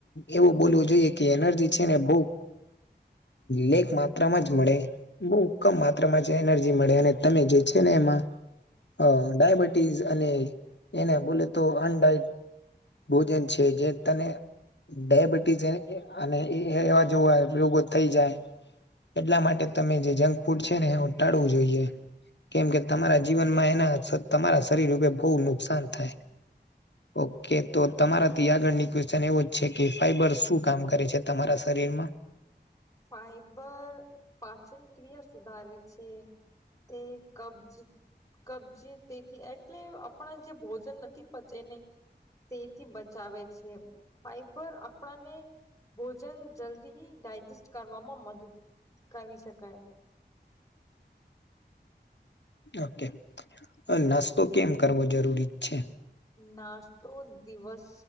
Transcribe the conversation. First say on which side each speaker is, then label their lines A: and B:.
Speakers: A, on the left; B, on the left.
A: એવું બોલવું જોઈએ કે એનર્જી છે, ને બઉ લેખ માત્રા માં જ મળે બઉ કમ માત્રામાં છે, એનર્જી મળે અને તમે જે છે, ને એમાં હ ડાયાબિટીસ અને એને બોલે તો અનડા ભોજન છે, જે તને ડયાબિટીસ અને એ એવા જોવાય રોગો થઈ જાય એટલા માટે તમે જે જંક ફૂડ છે, ને ટાળવું જોઈએ કેમ કે તમારા જીવનમાં એના તમારા શરીર રુપે બોવ નુકસાન થાય ઓકે તો તમારાથી આગળની ક્વેશ્ચન એવો જ છે, કે ફાઈબર શું કામ કરે છે? તમારા શરીરમાં
B: ફાઈબર પાચન ક્રિયા સુધારે છે. તે કબજ કબજ તેથી એટલે આપણા જે ભોજન નથી પચે ને તેથી બચાવે છે, ફાઈબર આપણને ભોજન જલ્દી ડાયજેસ્ટ કરવામાં મદદ કરી શકાય.
A: ઓકે નાસ્તો કેમ કરવો જરૂરી છે?
B: નાસ્તો દિવસ